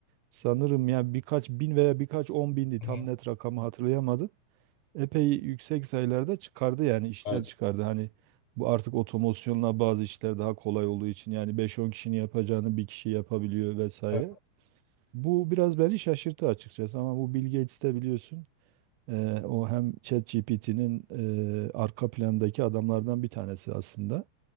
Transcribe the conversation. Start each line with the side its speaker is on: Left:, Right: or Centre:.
Right: sanırım ya birkaç bin veya birkaç on bindi tam
Left: Hı hı.
Right: net rakamı hatırlayamadım. Epey yüksek sayılarda çıkardı yani işten
Left: Evet,
Right: çıkardı. Hani bu artık otomasyonla bazı işler daha kolay olduğu için yani beş on kişinin yapacağını bir kişi yapabiliyor vesaire.
Left: evet.
Right: Bu biraz beni şaşırttı açıkçası ama bu Bill Gates de biliyorsun. Eee, o hem ChatGPT'nin eee arka plandaki adamlardan bir tanesi aslında.